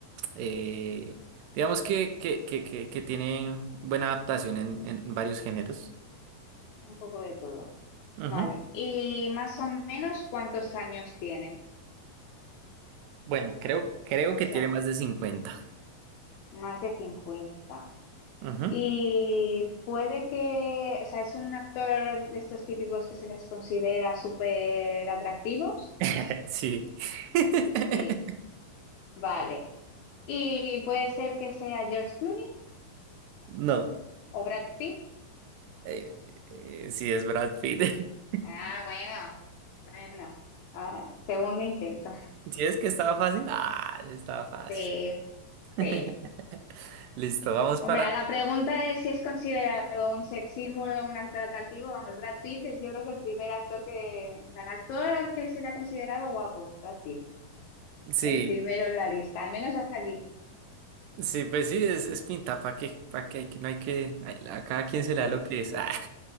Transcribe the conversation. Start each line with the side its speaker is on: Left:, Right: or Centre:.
Right: Eh, digamos que, que, que, que, que tiene buena adaptación en, en varios géneros.
Left: Un poco de todo.
Right: Ujú.
Left: Vale. ¿Y más o menos cuántos años tiene?
Right: Bueno, creo, creo
Left: O
Right: que
Left: sea,
Right: tiene más de cincuenta
Left: más de 50
Right: Ujú.
Left: Y puede que, o sea, es un actor de estos típicos que se les considera súper atractivos.
Right: <laughs> Sí. <laughs>
Left: Sí, vale. ¿Y puede ser que sea George Clooney?
Right: No.
Left: No. ¿O Brad Pitt?
Right: Eh, eh, sí, es Brad Pitt. <laughs>
Left: Ah, bueno, bueno. Ah, segundo intento.
Right: Si es que estaba fácil? Ah, sí estaba fácil.
Left: Sí,
Right: <laughs>
Left: sí.
Right: Listo, vamos para.
Left: Hombre, a la pregunta es si es considerado un sex symbol o un actor atractivo, vamos, Brad Pitt es yo creo que el primer actor que, en plan, actor que se le ha considerado guapo, Brad Pitt.
Right: Sí,
Left: El primero en la lista, al menos aquí.
Right: sí, pues sí, es, es pinta, ¿para qué? ¿Para qué? Que No hay que. a- A cada quien se le
Left: Sí,
Right: da lo que es. Ah.